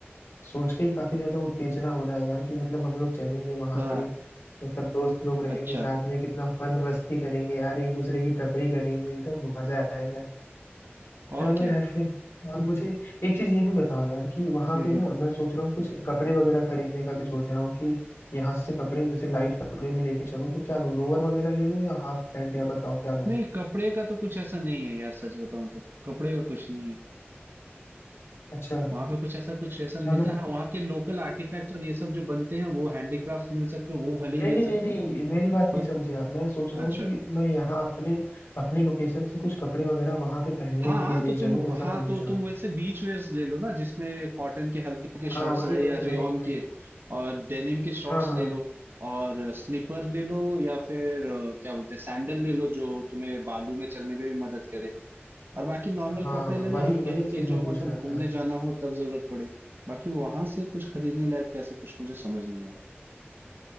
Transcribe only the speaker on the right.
हाँ
अच्छा
और
क्या
हम्म
हम्म
नहीं कपड़े का तो कुछ ऐसा नहीं है यार सच बताऊं तो कपड़े का कुछ नहीं है
वहां पे कुछ ऐसा कुछ ऐसा नहीं
मिलता है। हाँ वहाँ के लोकल आर्टिफैक्ट्स और ये सब जो बनते हैं वो हैंडीक्राफ्ट्स मिल सकते हैं वो भले ही
ले
सकते
हैं
पर
अच्छा
हाँ
हाँ
तो तुम
हाँ
तो
तुम
वैसे बीच वेयर्स ले लो ना जिसमें कॉटन के हल्के हल्के
शर्ट्स
रहे
या रेयॉन
के और डेनिम के शॉर्ट्स
ले लो और स्लीपर ले लो या फिर अ, क्या बोलते हैं सैंडल ले लो जो तुम्हें बालू में चलने में भी मदद करे और बाकी नॉर्मल
कपड़े ले लो
हल्के
हल्के
जो
मतलब
घूमने
जाना हो तब जरूरत पड़े बाकी वहां से कुछ खरीदने लायक तो ऐसा कुछ मुझे समझ नहीं आ रहा